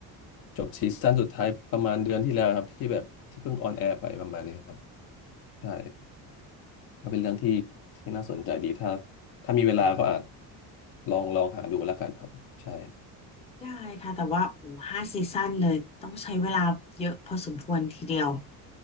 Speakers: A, on the left; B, on the left.
A: จบซีซั่นสุดท้ายประมาณเดือนที่แล้วครับที่แบบที่เพิ่งออนแอร์ไปประมาณนี้ครับใช่ก็เป็นเรื่องที่ที่น่าสนใจดีถ้าถ้ามีเวลาก็อาจลองลองหาดูแล้วกันครับใช่
B: ๆได้ค่ะแต่ว่าโอ้ห้าซีซั่นเลยต้องใช้เวลาเยอะพอสมควรทีเดียว